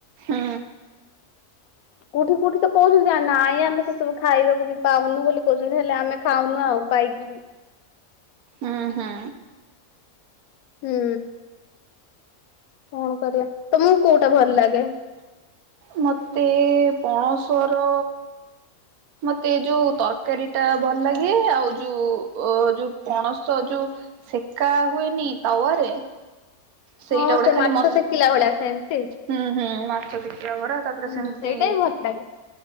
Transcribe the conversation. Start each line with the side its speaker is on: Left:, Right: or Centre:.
Right: ହୁଁ।
Left: କଉଠି କଉଠି ତ କହୁଛନ୍ତି ଆ ନାଇଁ ଆମେ ସେ ସବୁ ଖାଇବାକୁ ବି ପାଉନୁ ବୋଲି କହୁଛନ୍ତି ହେଲେ ଆମେ ଖାଉନୁ ଆ ଉ ପାଇକିରି।
Right: ହୁଁ ହୁଁ।
Left: ହୁଁ କଣ କରିବା ତମକୁ କୋଉଟା ଭଲ ଲାଗେ?
Right: ମତେ ପଣସର। ମତେ ଯୋଉ ତରକାରୀ ଟା ଭଲ ଲାଗେ। ଆଉ ଯୋଉ ଅ ଯୋଉ, ପଣସ ଯୋଉ ସେକା ହୁଏନି ତାୱାରେ ସେଇଟା
Left: ହଁ
Right: ଗୋଟେ
Left: ସେ
Right: ଖାଲି
Left: ମାଛ
Right: ମସ୍
Left: ଶେକିଲା ଭଳିଆ ସେମିତି
Right: ହୁଁ ହୁଁ ମାଛ ଦେଖିବା ପଡ଼ା, ତାପରେ
Left: ହୁଁ
Right: ସେମିତି
Left: ସେଇଟା ବି ଭଲ ଲାଗେ।